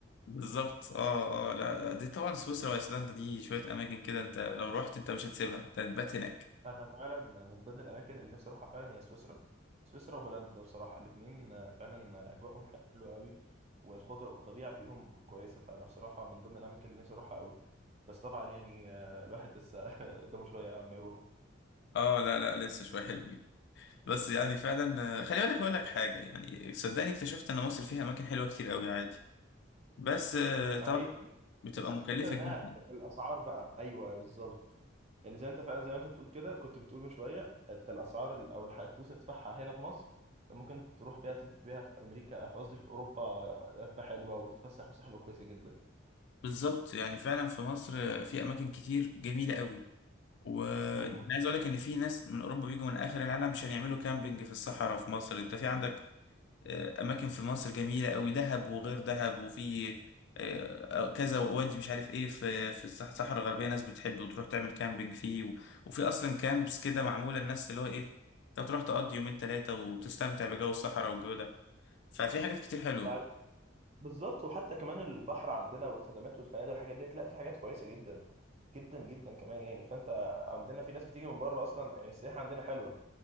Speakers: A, on the left; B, on the right.
A: بالظبط اه اه لا لا دي طبعا سويسرا وايسلندا دي شويه اماكن كده انت لو رحت انت مش هتسيبها انت هتبات هناك
B: <laughs> انا فعلا من ضمن الاماكن اللي نفسي اروحها فعلا هي سويسرا سويسرا وهولندا بصراحه الاثنين فعلا اجواءهم حلوه قوي والخضره والطبيعه فيهم كويسه فانا بصراحه من ضمن الاماكن اللي نفسي اروحها قوي بس طبعا يعني آه، الواحد لسه <laughs> قدامه شويه عم يروح
A: اه لا لا لسه شويه حلوين بس يعني فعلا آه، خلي بالك اقول لك حاجه يعني صدقني اكتشفت ان مصر فيها اماكن حلوه كتير قوي عادي بس آه، طبعا
B: آه، هي
A: بتبقى
B: بس
A: مكلفه
B: الفكره انها
A: جدا
B: الاسعار بقى ايوه بالظبط يعني زي انت فعلا زي ما انت بتقول كده كنت بتقول من شويه انت الاسعار ال- او الح- الفلوس اللي تدفعها هنا في مصر أنت ممكن تروح بيها تلف بيها في امريكا في قصدي في اوروبا لفه حلوه وتتفسح فسحه حلوه كويسه جدا
A: بالظبط يعني فعلا في مصر في اماكن كتير جميله قوي وانا
B: امم
A: عايز اقول لك ان في ناس من اوروبا بيجوا من اخر العالم عشان يعملوا كامبينج في الصحراء في مصر انت في عندك آه، اماكن في مصر جميله قوي دهب وغير دهب وفي آه، آه، كذا وادي مش عارف ايه في في الصح- الصحراء الغربيه ناس بتحب وتروح تعمل كامبينج فيه و- وفي اصلا كامبس كده معموله للناس اللي هو ايه انت تروح تقضي يومين ثلاثه وتستمتع بجو الصحراء والجو ده ففي حاجات كتير حلوه
B: بعد- بالظبط وحتى كمان البحر عندنا والخدمات والفنادق والحاجات ديت لا في حاجات كويسه جدا جدا جدا كمان يعني فانت عندنا في ناس بتيجي من بره اصلا يعني السياحه عندنا حلوه